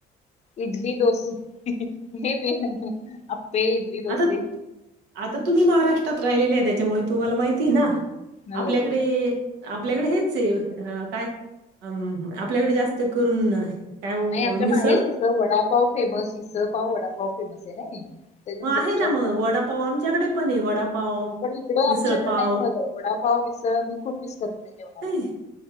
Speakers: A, on the left; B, on the right.
A: इडली, डोसे हे मेन आप्पे इडली डोसे
B: आता, आता तुम्ही महाराष्ट्र. ष्ट्रात राहिलेलीय ना त्याच्यामुळे तुम्हाला माहितीय ना.
A: हो
B: आपल्याकडे आपल्याकडे हेचय हा काय अ आपल्याकडे जास्त करून काय ओ
A: नाई आमच्या
B: मिसळ?
A: माहेरी कस वडापाव, फेमस मिसळ पाव वडापाव फेमस. नाही. ते नंतर
B: मग आहे
A: तुमच्याकडे
B: ना मग वडापाव आमच्याकडे पण आहे वडापाव,
A: पण इकड आमच्याकडे
B: मिसळपाव.
A: नाही मिळत वडापाव मिसळ मी खूप मिस करते, जेवणाला.
B: नाही